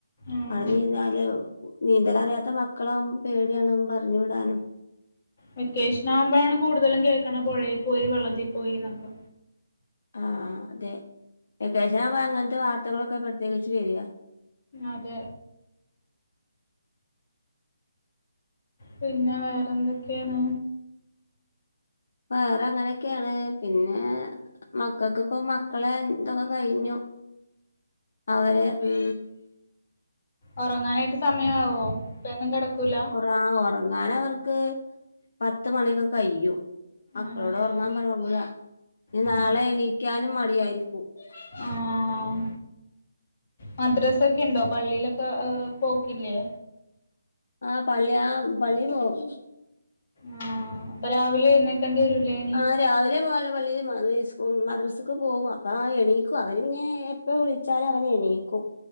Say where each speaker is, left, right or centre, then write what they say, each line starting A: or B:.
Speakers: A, on the left; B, on the left.
A: ആഹ്
B: നീന്തല് നീന്തലറിയാത്ത മക്കള വുമ്പോ പേടിയാണ് പറഞ്ഞു വിടാനും.
A: വെക്കേഷൻ ആകുമ്പോഴാണ് കൂടുതലും കേൾക്കണ് പുഴയിൽ പോയി വെള്ളത്തിൽ പോയി എന്നൊക്കെ
B: ആ അതെ വെക്കേഷൻ ആകുമ്പോ അങ്ങനത്തെ വാർത്തകളൊക്കെ പ്രത്യേകിച്ച് വരിക.
A: അതെ പിന്നെ വേറെന്തൊക്കെയാണ്.
B: വേറെ അങ്ങനെയൊക്കെയാണ്. പിന്നെ മക്കക്ക്പ്പം മക്കളെ ഇതൊക്കെ കഴിഞ്ഞു അവര് ഉം
A: ഒറങ്ങാനായിട്ട് സമയ ആവോ ഇപ്പഴൊന്നും കടക്കൂല
B: ആഹ് ഒറങ്ങാനവർക്ക് പത്ത് മണി ഒക്കെ കഴിയും മക്കളോട്
A: ആണല്ലേ
B: ഒറങ്ങാൻ പറഞ്ഞ ഒറങ്ങൂല ഇഞ്ഞ്
A: ആ
B: നാളെ എണീക്കാനും മടിയായിരിക്കും ഇമ്മച്ചി
A: ആഹ് മദ്രാസൊക്കെ ഇണ്ടോ പള്ളിയിലൊക്കെ ഏഹ് പോക്കില്ലേ
B: ആഹ് പള്ളി ആഹ് പള്ളി പോവും
A: ആഹ് അപ്പൊ രാവിലെ എഴുന്നേക്കെണ്ടി വരൂലേ ഇനി
B: ആ രാവിലെ പോല പള്ളിയില് മദ് ഇസ്കൂ മദ്രസക്ക് പോകും അപ്പ ആഹ് എണീക്കും അവര് പിന്നെ ഇപ്പ വിളിച്ചാല് അവൻ എണീക്കും